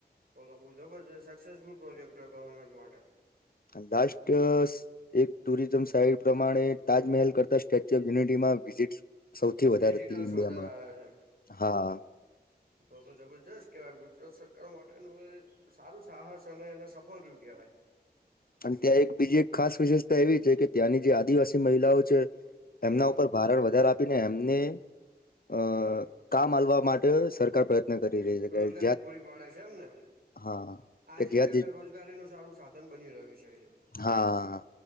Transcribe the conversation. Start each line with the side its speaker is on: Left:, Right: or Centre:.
Right: તો તો બહુ જબરજસ સક્સેસફુલ પ્રોજેક્ટ છે ગવર્મેન્ટ માટે.
Left: લાાસ્ટ સ એક ટુરિઝમ સાઈટ પ્રમાણે તાજમહેલ કરતા સ્ટેચ્યુ ઓફ યુનિટીમાં વિઝિટ સૌથી વધારે
Right: વિઝિટર્સ
Left: હતી ઇન્ડિયામાં
Right: વધારે આવે છે
Left: હા.
Right: તો તો જબરજસ્ત કહેવાય ગુજરાત સરકાર માટેનું એ સારું સાહસ અને એને સફળ રીવુ કહેવાય.
Left: અને ત્યાં એક બીજી એક ખાસ વિશેષતા એવી છે કે ત્યાંની જે આદિવાસી મહિલાઓ છે.
Right: હમ
Left: એમના ઉપર ભારણ વધારા આપીને એમને અ
Right: હું.
Left: કામ આલવા માટે સરકાર પ્રયત્ન કરી રહી છે કે
Right: રોજગારી
Left: જ્યાં
Right: પૂરી પાડે છે એમને
Left: હા
Right: આજીવિકાને
Left: કે ત્યાં જે
Right: રોજગારીનું સારું સાધન બની રહ્યું છે એવું.
Left: હા